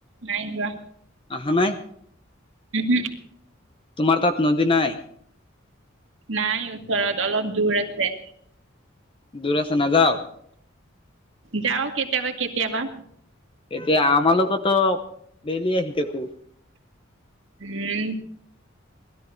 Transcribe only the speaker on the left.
আহা নাই।
তোমাৰ তাত নদী নাই?
দূৰ আছে নাযাও?
এতিয়া আমাৰ লগতো দেইলি আহি থাকো।